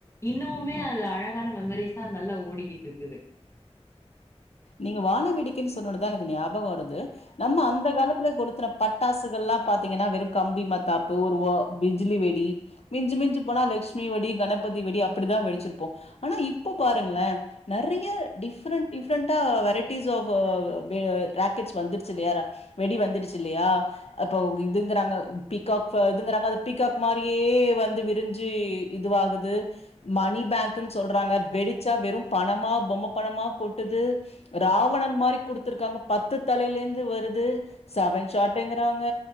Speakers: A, on the left (about 25°); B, on the left (about 65°).
A: இன்னுமே அது அழகான மெமரிஸா நல்லா ஓடிக்கிட்டு இருக்குது
B: நீங்க வான வேடிக்கன்னு சொன்னுன்னுதா எனக்கு ஞாபகோ வருது நம்ம அந்த காலத்துல கொளுத்துன பட்டாசுகல்லா பாத்தீங்கன்னா வெறும் கம்பி மத்தாப்பு ஒரு பிஜிலி வெடி மிஞ்சு மிஞ்சு போனா லஷ்மி வெடி கணபதி வெடி அப்டிதா வெடிச்சிருப்போம் ஆனா இப்ப பாருங்களே நெறைய டிஃரெண்ட் டிஃபரெண்டா வெரைட்டிஸ் ஆப் அ ரா க்கெட்ஸ் வந்துருச்சுல்லயா வெடி வந்துருச்சுல்லயா அப்ப இதுங்குறாங்க பீக்காக் இதுங்குறாங்க அது பீக்காக் மாரியே வந்து விரிஞ்சி இதுவாகுது மணி பேங்க்னு சொல்றாங்க வெடிச்சா வெறும் பணமா பொம்ம பணமா கொட் ட்டுது ராவணன் மாரி குடுத்துருக்காங்க பத்து தலையில இருந்து வருது செவன் ஷாட்டுங்கிறாங்க